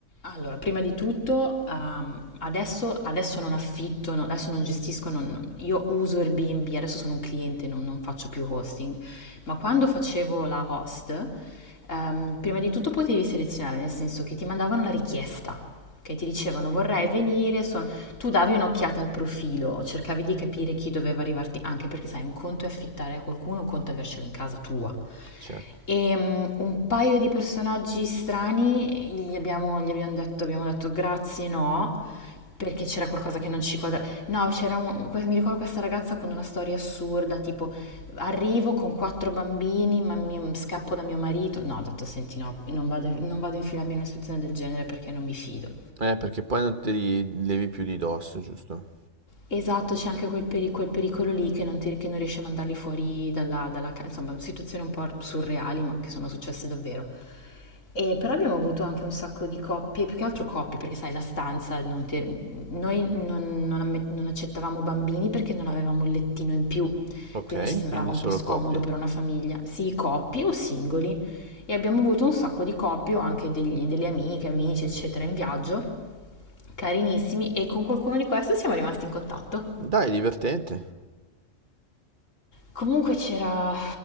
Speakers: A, on the left (about 80°); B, on the right (about 40°).
A: Allora, prima di tutto, ehm, adesso, adesso non affitto, no- adesso non gestisco, non- io uso Airbnb, adesso sono un cliente, non, non faccio più hosting, ma quando facevo la host, ehm, prima di tutto potevi selezionare, nel senso che ti mandavano la richiesta. che ti dicevano vorrei venire, sono- tu davi un'occhiata al profilo, cercavi di capire chi doveva arrivarti, anche perché sai, un conto è affittare a qualcuno, un conto è avercelo in casa tua.
B: Certo.
A: E mm, un paio di personaggi strani gli abbiamo, gli abbiamo detto, abbiamo detto grazie, no, perché c'era qualcosa che non ci quadra. No, c'era un- que- mi ricordo questa ragazza con una storia assurda, tipo arrivo con quattro bambini, ma mi- scappo da mio marito. No, ho detto senti, no, non vado, non vado a infilarmi in una situazione del genere perché non mi fido.
B: Eh, perché poi non te li levi più di dosso, giusto?
A: Esatto, c'è anche quel, peri- quel pericolo lì che non, ti- che non riesci a mandarli fuori dalla, dalla casa, insomma, situazioni un po' surreali ma che sono successe davvero. E però abbiamo avuto anche un sacco di coppie, più che altro coppie, perché sai, la stanza, non ti- noi non, non amme- non accettavamo bambini perché non avevamo il lettino in più,
B: Ok,
A: quindi ci sembrava
B: quindi
A: un
B: solo
A: po' scomodo
B: coppie.
A: per una famiglia, sì, coppie o singoli. E abbiamo avuto un sacco di coppie o anche degli- delle amiche, amici, eccetera, in viaggio, carinissimi, e con qualcuno di questi siamo rimasti in contatto.
B: Dai, divertente.
A: Comunque c'era...